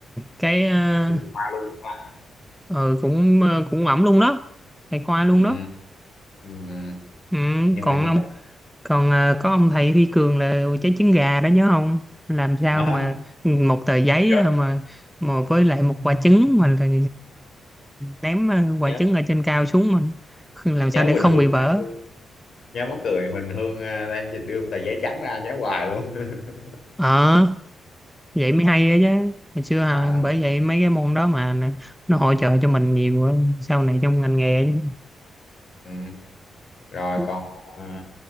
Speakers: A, in the centre; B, on the left.
A: cái ờ,
B: chuyển qua luôn ta.
A: ờ, cũng ờ, cũng ổng luôn đó thầy khoa luôn
B: ừ,
A: đó
B: ừ, ừ.
A: ừ,
B: nhưng
A: còn
B: mà nhớ
A: ông còn à, có ông thầy Huy Cường là trái trứng gà đó nhớ không làm sao
B: nhớ
A: mà một tờ giấy
B: nhớ
A: ờ, mà mà với lại một quả trứng mà là ném ờ, quả
B: nhớ,
A: trứng ở trên cao xuống mình làm sao
B: nhớ
A: để
B: Quỳnh
A: không
B: Hương
A: bị vỡ
B: anh nhớ mắc cười Quỳnh Hương ờ, em đưa tờ giấy trắng ra nhớ hoài luôn <laughs>
A: ờ vậy mới hay đó chứ hồi xưa à,
B: à,
A: bởi vậy mấy cái môn đó mà nó hỗ trợ cho mình nhiều á, sau này trong ngành nghề
B: ừ. rồi
A: chứ.
B: còn ờ,